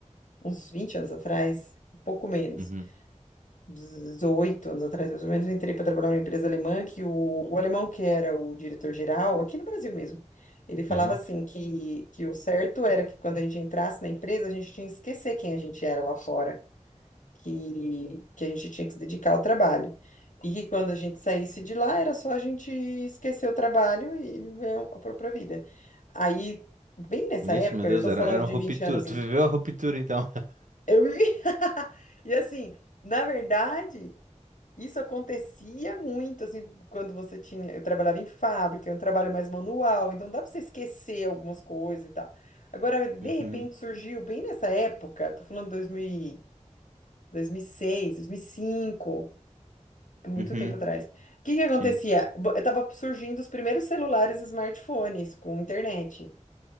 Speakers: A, on the left; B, on the right.
A: uns 20 anos atrás, um pouco menos,
B: uhum,
A: 18 anos atrás, mais ou menos, eu entrei para trabalhar numa empresa alemã que o, o alemão que era o diretor-geral, aqui no Brasil mesmo, ele falava
B: aham.
A: assim que, que o certo era que quando a gente entrasse na empresa, a gente tinha que esquecer quem a gente era lá fora, que, que a gente tinha que se dedicar ao trabalho. E que quando a gente saísse de lá, era só a gente esquecer o trabalho e viver a própria vida. Aí, bem nessa
B: Ixi,
A: época,
B: meu Deus,
A: eu estou
B: era,
A: falando
B: era
A: de
B: uma ruptura,
A: 20 anos
B: tu
A: antes,
B: viveu a ruptura, então. <laughs>
A: eu vivi. <laughs> E assim, na verdade. Isso acontecia muito, assim, quando você tinha. Eu trabalhava em fábrica, é um trabalho mais manual, então dá pra você esquecer algumas coisas e tal. Agora, de
B: Uhum,
A: repente surgiu, bem nessa época, tô falando 2000 e- 2006, 2005, é muito
B: uhum,
A: tempo atrás. O que que acontecia?
B: sim.
A: Bo- Tava surgindo os primeiros celulares e smartphones com internet.